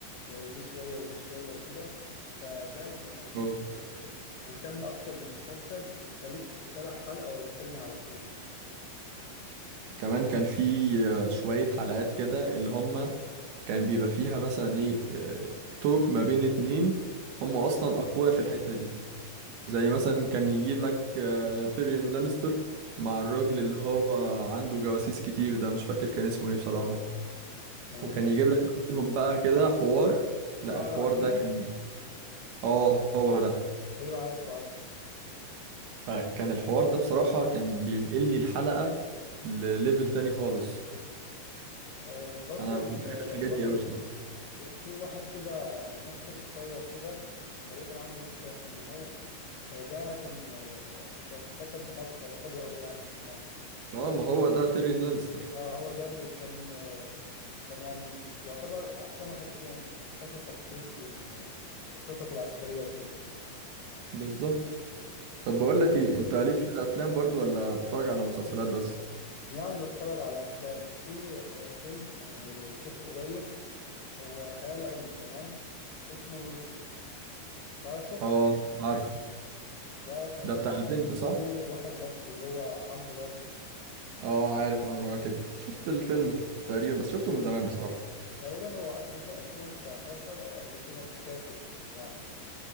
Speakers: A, on the left; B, on the right.
A: آه، دي شوية وده شوية وكده فده بيخليك
B: اه
A: آه، مهتم أكتر بالمسلسل ويخليك بتتابع حلقة ورا التانية على طول
B: كمان كان في شويه حلقات كده اللي هم كان بيبقى فيها مثلا ايه آه، توك ما بين اتنين هم اصلا اقوياء في الحتة دي زي مثلا كان يجيب لك آه، تيريون لانستر مع الراجل
A: مم.
B: اللي هو عنده جواسيس كتير ده مش فاكر كان اسمه ايه بصراحة
A: آه،
B: وكان يجيب لك منهم بقى كده حوار لا
A: أقرع
B: الحوار
A: كده
B: ده كان اه هو ده
A: أيوة عارفه عارفه
B: فكان الحوار ده بصراحة كان بينقل لي الحلقة لليفل تاني خالص
A: آه، برضو
B: انا
A: ال-
B: بحب الحاجات
A: الواد
B: دي قوي
A: ال-
B: بصراحة
A: في واحد كده ممثل قصير كده تقريبا عنده مشكلة في النمو آه، ده كان آه، كانت الحكم بتاعته كانت حلوة أوي يعني بصراحة
B: اه ما هو ده تيريون لانستر
A: اه هو ده اللي كان آه، كان يعني يعتبر أحسن واحد فيهم من حيث التخطيط وال- والخطط العسكرية وكده
B: بالظبط طب بقول
A: آه،
B: لك ايه انت ليك في الافلام برضو ولا بتتفرج على مسلسلات بس
A: يعني بتفرج على أفلام في آه، فيلم آه، شفته قريب هو خيال علمي تمام اسمه لوسي تعرفه
B: اه عارفه
A: ده كان
B: ده بتاع
A: ممثل
B: البنت صح
A: فيه واحد مصري اللي هو عمرو واكد
B: اه عارف عمرو واكد شفت الفيلم تقريبا بس شفته من زمان بصراحة
A: تقريبا هو نزل 2019 أو قبل كده مش فاكر بصراحة